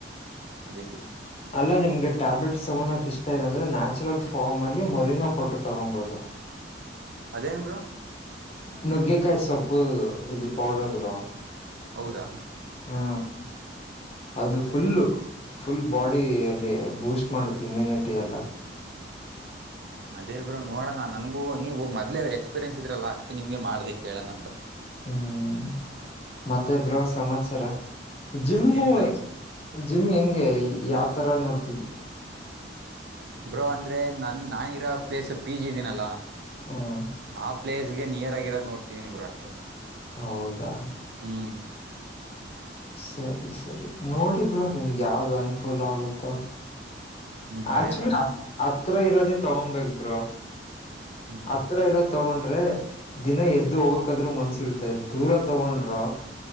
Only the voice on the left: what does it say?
ಅಲ್ಲ ನಿಮ್ಗೆ ಟ್ಯಾಬ್ಲೆಟ್ಸ್ ತಗೋಕ್ ಇಷ್ಟ. ಅಂದ್ರೆ ನ್ಯಾಚುರಲ್ ಫಾರ್ಮ್ ಅಲ್ಲಿ ಮರಿಂಗಾ ಪ್ರೋಟಿನ್ ತಗೊಬಹುದು.
ನುಗ್ಗೆಕಾಯ್ ಸೊಪ್ಪು ಇದು ಪೌಡರ್ ಗುರು.
ಹಾ. ಅದು
ಫುಲ್ಲು.
ಫುಲ್ ಬಾಡಿ ಅಲ್ಲಿ ಬೂಸ್ಟ್ ಮಾಡುತ್ತೆ ಇಮ್ಯುನಿಟಿ ಎಲ್ಲ.
ಹ್ಮ್ ಮತ್ತೆ ಬ್ರೋ ಸಮಾಚಾರ. ಜಿಮ್ಮು
ಜಿಮ್ ಹೆಂಗೆ ಯತ್ <unintelligible>
ಹ್ಮ್
ಹೌದಾ.
ಸರಿ ಸರಿ ನೋಡಿಬ್ರೋ ನಿಮ್ಗೆ ಯಾವ್ದ ಅನುಕೂಲ ಆಗುತ್ತೋ
ಆಚು
ಆ ಹತ್ರ ಇರೋದೆೇ ತಗೊಂಬೇಕ ಬ್ರೋ.
ಹತ್ರ ಇರತ್ ತಗೊಂಡ್ರೆ ದಿನ ಎದ್ದು ಹೋಗಕದ್ರೂ ಮನ್ಸ ಇರುತ್ತೆ ದೂರ ತಗೊಂಡ್ರ